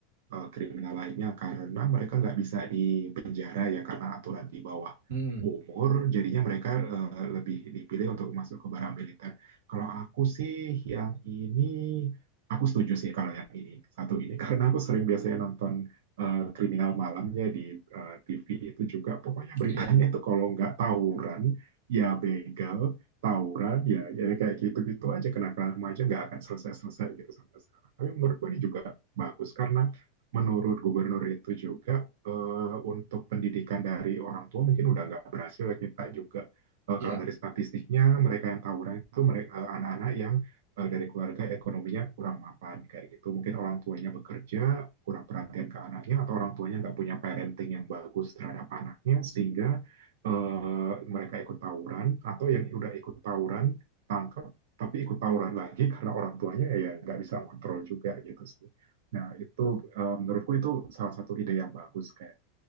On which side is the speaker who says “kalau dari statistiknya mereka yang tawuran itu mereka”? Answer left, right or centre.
Right